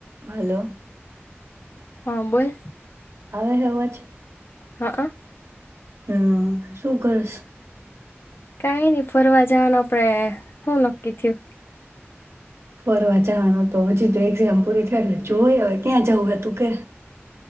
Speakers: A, on the right; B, on the left.
A: Hello.
B: હા બોલ. ‌
A: આવેલો અવાજ?
B: હઅ.
A: હમ્મ શું કરેશ?
B: કઈ નઈ ફરવા જવાનું આપડે હું નક્કી થિયું.
A: ફરવા જવાનું તો હજી તો એક્ઝામ પૂરી થય જોય હવે ક્યાં જવું હતું કે?